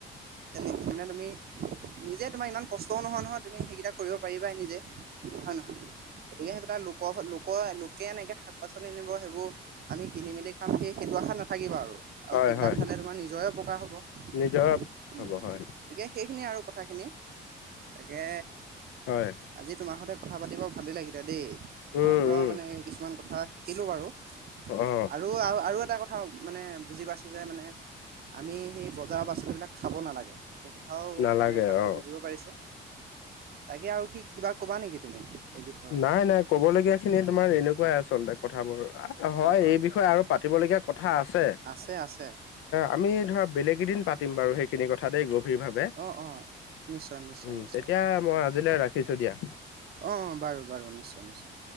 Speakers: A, on the right; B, on the left.
A: এনে <unintelligible> তুমি নিজে তোমাৰ ইমান কষ্টও নহয়, নহয়, তুমি সেইকেইটা কৰিব পাৰিবা নিজে হয়, নহয়? গতিকে সেইবিলাক লোকৰ, লোকৰ-লোকে এনেকে শাক, পাচলি আনিব, সেইবোৰ আমি কিনি, মেলি খাম সেই, সেইটো আশা নাথাকিবা আৰু, আৰু
B: হয়
A: সেইবিলাক
B: হয়
A: খালে তোমাৰ নিজৰে অপকাৰ হ'ব।
B: নিজৰ
A: উম, উম,
B: হ'ব হয়
A: গতিকে সেইখিনিয়ে আৰু কথাখিনি। তাকে
B: হয়
A: আজি তোমাৰ সতে কথা পাতিব ভালেই লাগিলে দেই, তোমাৰ
B: উম
A: পৰাও
B: উম
A: মানে কিছুমান কথা শিকিলোঁ বাৰু।
B: অ
A: আৰু, আৰু, আৰু, এটা কথা মানে বুজি পাইছোঁ যে, মানে আমি সেই বজাৰৰ পাচলিবিলাক খাব নালাগে। সেই কথাও
B: নালাগে
A: মানে ভালকে
B: অ
A: বুজিব পাৰিছোঁ। তাকে, আৰু কি, কিবা ক'বা নেকি তুমি? এই বিষয়ত?
B: নাই, নাই, ক'ব লগীয়াখিনি তোমাৰ এনেকুৱাই আচলতে কথাবোৰ হয়,
A: অ', অ',
B: এই বিষয়ে আৰু পাতিব ল গীয়া কথা আছে,
A: আছে আছে
B: আমি ধৰা বেলেগ এদিন পাতিম বাৰু সেই সেইখিনি কথা দেই গভীৰভাৱে
A: অ', অ'। নিশ্চয় নিশ্চয়
B: উম,
A: নিশ্চয়
B: তেতিয়া মই আজিলৈ ৰাখিছোঁ দিয়া।
A: অ', বাৰু, বাৰু, নিশ্চয়, নিশ্চয়!